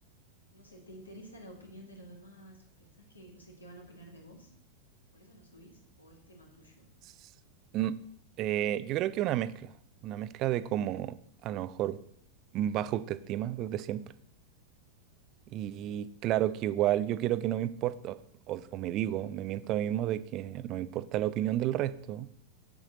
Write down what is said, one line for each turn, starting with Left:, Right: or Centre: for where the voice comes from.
Left: no sé, te interesa la opinión de los demás o pensás que, no sé, qué van a opinar de vos. ¿Por eso no subís? ¿O es tema tuyo?
Right: S- eh, yo creo que una mezcla, una mezcla de como a lo mejor baja autoestima desde siempre. Y
Left: Sí,
Right: claro que igual yo quiero que no me importa, o, o me digo, me miento a mí mismo de que no me importa la opinión del resto,